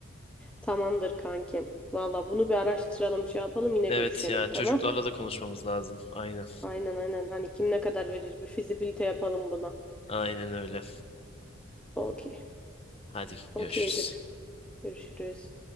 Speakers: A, in the centre; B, on the left.
A: Tamamdır kankim. Valla bunu bir araştıralım, şey yapalım yine
B: Evet
A: görüşelim
B: ya çocuklarla
A: tamam?
B: da konuşmamız lazım. Aynen.
A: Aynen aynen. Hani kim ne kadar verir bir fizibilite yapalım buna.
B: Aynen öyle.
A: Okey.
B: Hadi
A: Okeydir.
B: görüşürüz.
A: Görüşürüz.